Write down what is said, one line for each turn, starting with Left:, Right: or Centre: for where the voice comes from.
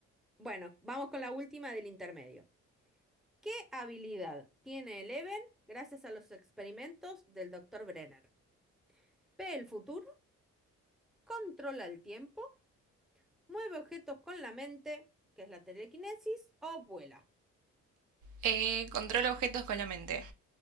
Centre: bueno, vamos con la última del intermedio. ¿Qué habilidad tiene Eleven gracias a los experimentos del doctor Brenner? Ve el futuro, controla el tiempo, mueve objetos con la mente, que es la telequinesis, o vuela.
Right: Eh, controla objetos con la mente.